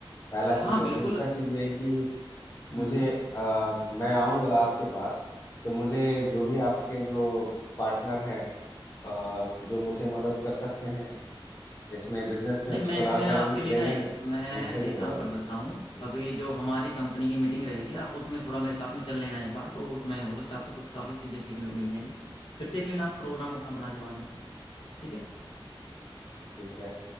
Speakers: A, on the left; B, on the left.
A: पहला
B: हाँ
A: चीज और
B: बिल्कुल
A: दूसरा चीज ये कि
B: हम्म
A: मुझे अ, मैं आऊंगा आपके पास तो मुझे जो भी आपके जो पार्टनर हैं अ, जो मुझे मदद कर सकते हैं इसमें बिजनेस में
B: नहीं मैं
A: सोलार
B: इसमें आपके
A: पैनल
B: लिए
A: लेने
B: ना एक
A: में
B: मैं
A: उनसे
B: एक
A: मिलवा
B: काम कर
A: दीजिए
B: सकता हूँ अभी
A: ठीक
B: जो हमारी कंपनी की मीटिंग रहेगी आप उसमें थोड़ा मेरे साथ में चल लेना एक बार तो उसमें हो सकता है आपको कुछ काफ़ी चीज़ें सीखने को मिल जाएंगी फिर देख लेना आप प्रोग्राम अपना बना के बाद में ठीक है
A: ठीक है